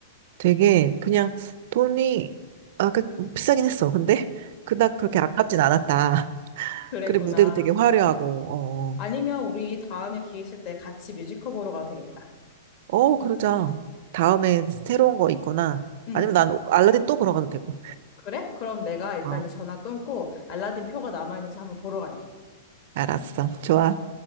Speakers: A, on the right; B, on the left.
A: 되게 그냥 돈이 아, 그 비싸긴 했어. 근데 <laughs> 그닥 그렇게 아깝진 않았다. <laughs>
B: 그랬구나.
A: 그래 무대도 되게 화려하고
B: 아니면 우리 다음에 기회 있을 때 같이 뮤지컬 보러 가도 되겠다.
A: 어, 어, 어, 그러자. 다음에 새로운 거 있거나
B: 응.
A: 아니면 난 알라딘 또 보러 가도 되고.
B: 그래? 그럼 내가 일단
A: 어,
B: 이 전화 끊고 알라딘 표가 남아있는지 한번 보러 갈게.
A: 알았어. 좋아.